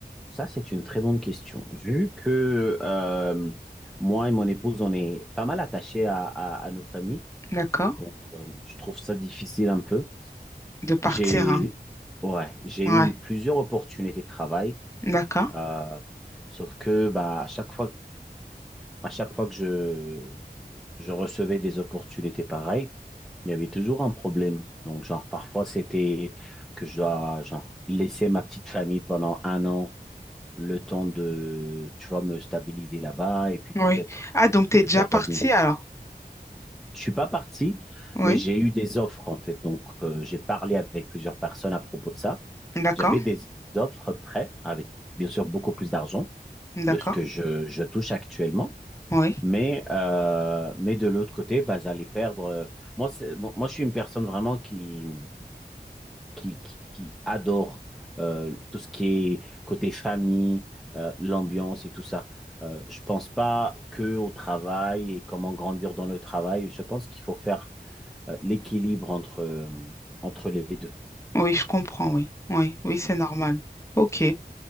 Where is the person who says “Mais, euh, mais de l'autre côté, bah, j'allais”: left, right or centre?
Centre